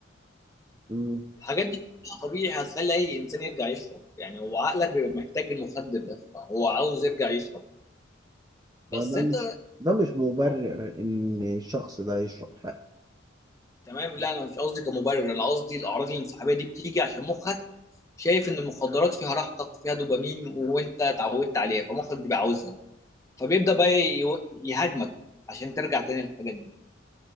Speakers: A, on the right (about 20°); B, on the left (about 15°).
A: أمم.
B: الحاجات دي كلها طبيعي هتخلي اي انسان يرجع يشرب يعني هو عقلك بيبقى محتاج المخدر ده فهو عاوز يرجع يشرب بس
A: وده
B: انت
A: مش ده مش مبرر
B: آه،
A: ان الشخص ده يشرب
B: تمام لا انا مش قصدي كمبرر انا قصدي الاعراض الانسحابيه دي بتيجي عشان مخك شايف ان المخدرات فيها راحتك فيها دوبامين وانت اتعودت عليها فمخك بيبقى عاوزها فبيبدا بقى يو- يهاجمك عشان ترجع تاني للحاجات دي